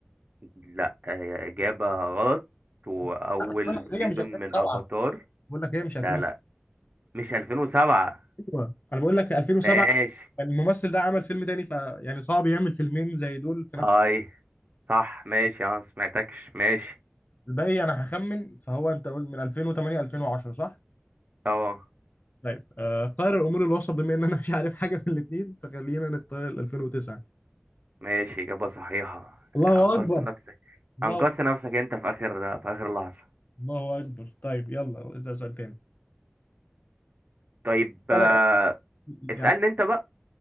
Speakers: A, on the right; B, on the left.
A: لا هي إجابة غلط وأول
B: لا، بقول لك
A: سيزون
B: هي مش 2007
A: من أفاتار
B: بقول لك هي مش 2007
A: لا لا مش 2007
B: أيوة. أنا بقول لك 2007
A: ماشي
B: كان الممثل ده عمل فيلم تاني فيعني صعب يعمل فيلمين زي دول في نفس
A: هاي صح ماشي اه سمعتكش ماشي
B: الباقي أنا هخمن فهو أنت قول من 2008 2010 صح؟
A: اه
B: طيب آه، خير الأمور الوسط بما إن أنا مش عارف حاجة في الاتنين فخلينا نختار ال 2009
A: ماشي إجابة صحيحة
B: الله
A: أنقذت
B: أكبر
A: نفسك
B: الله
A: أنقذت نفسك أنت في آخر في آخر لحظة
B: الله أكبر طيب يلا اسأل سؤال تاني
A: طيب
B: بالك
A: آه، اسألني
B: يعني
A: أنت بقى